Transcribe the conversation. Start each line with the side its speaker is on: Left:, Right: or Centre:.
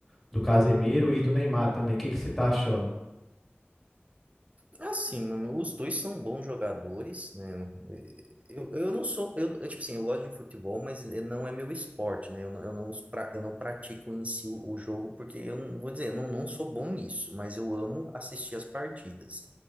Centre: do Casemiro e do Neymar também? O que que você tá achando?
Right: Assim, mano, os dois são bons jogadores, né? Eu, eu não sou, eu, eu, tipo assim, eu gosto de futebol, mas eh, não é meu esporte, né? Eu, não- eu não, os pra- eu não pratico em si o, o jogo, porque eu não vou dizer, eu não, não sou bom nisso, mas eu amo assistir as partidas.